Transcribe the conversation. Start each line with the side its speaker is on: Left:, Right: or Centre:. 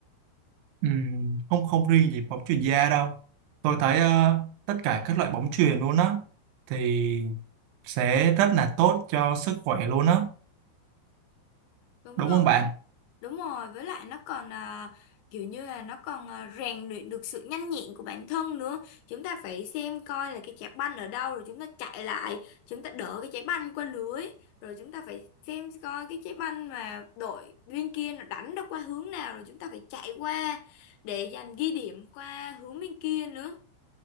Right: Ừm, không không riêng gì bóng chuyền da đâu tôi thấy ờ, tất cả các loại bóng chuyền luôn á thì sẽ rất là tốt cho sức khỏe luôn á
Left: đúng
Right: đúng
Left: rồi
Right: không bạn
Left: Đúng rồi, với lại nó còn à, kiểu như là nó còn à, rèn luyện được sự nhanh nhẹn của bản thân nữa. Chúng ta phải xem coi là cái trái banh ở đâu rồi chúng ta chạy lại, chúng ta đỡ cái trái banh qua lưới, rồi chúng ta phải xem coi cái trái banh mà đội bên kia nó đánh nó qua hướng nào rồi chúng ta phải chạy qua để giành ghi điểm qua hướng bên kia nữa.